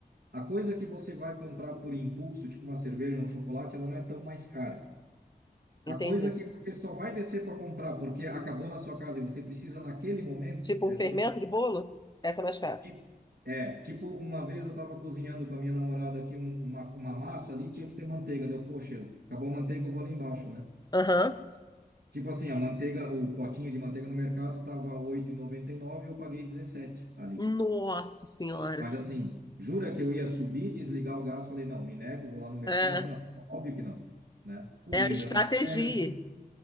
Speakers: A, on the right; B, on the left.
A: A coisa que você vai comprar por impulso, tipo uma cerveja, um chocolate, ela não é tão mais cara.
B: Entende?
A: A coisa que você só vai descer para comprar porque acabou na sua casa e você precisa naquele momento,
B: Tipo
A: essa
B: um fermento
A: vai ser.
B: de bolo, essa é mais cara.
A: Tipo- É, tipo, uma vez eu estava cozinhando com a minha namorada aqui um- uma, uma massa ali, tinha que ter manteiga. Deu, poxa, acabou a manteiga, eu vou ali embaixo, né?
B: Aham.
A: Tipo assim, a manteiga, o potinho de manteiga no mercado tava oito e noventa e nove eu paguei 17 ali.
B: Nossa Senhora.
A: Mas assim, jura que eu ia subir, desligar o gás? Falei, não, me nego, vou lá no mercado?
B: É,
A: Não, óbvio que não, né? O
B: é
A: vinho
B: a estratégia.
A: já estava. velho.